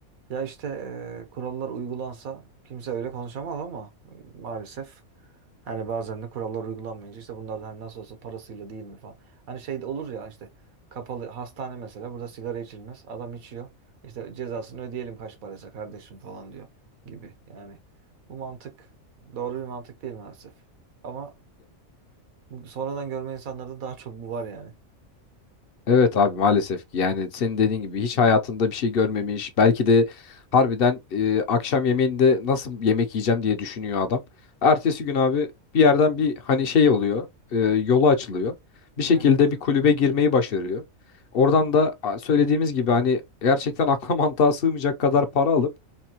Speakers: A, on the right; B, on the left.
A: Ya işte e, kurallar uygulansa kimse öyle konuşamaz ama maalesef hani bazen de kurallar uygulanmayınca işte bunlar da hani nasıl olsa parasıyla değil mi falan. Hani şey de olur ya işte kapalı hastane mesela burada sigara içilmez. Adam içiyor. İşte cezasını ödeyelim kaç paraysa kardeşim falan diyor gibi. Yani bu mantık doğru bir mantık değil maalesef. Ama bu sonradan görme insanlarda daha çok bu var yani.
B: Evet abi maalesef ki yani senin dediğin gibi hiç hayatında bir şey görmemiş belki de harbiden e, akşam yemeğinde nasıl yemek yiyeceğim diye düşünüyor adam. Ertesi gün abi bir yerden bir hani şey oluyor e, yolu açılıyor bir şekilde
A: Evet.
B: bir kulübe girmeyi başarıyor. Oradan da a, söylediğimiz gibi hani gerçekten <laughs> akla mantığa sığmayacak kadar para alıp